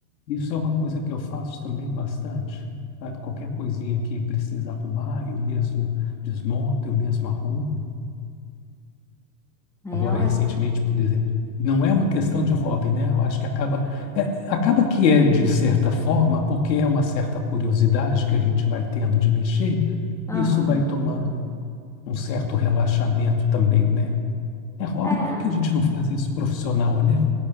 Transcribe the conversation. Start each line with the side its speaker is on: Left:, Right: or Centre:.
Left: isso é uma coisa que eu faço também bastante, sabe? Qualquer coisinha que precisa arrumar, eu mesmo desmonto, eu mesmo arrumo.
Centre: é
Left: agora recentemente, por exemplo. Não é uma questão de hobby, né? Eu acho que acaba, é- acaba que é de certa forma, porque é uma certa curiosidade que a gente vai tendo de mexer,
Centre: ótimo.
Left: isso vai tomando um certo relaxamento também, né? É hobby
Centre: É,
Left: porque a gente não faz isso profissional, né?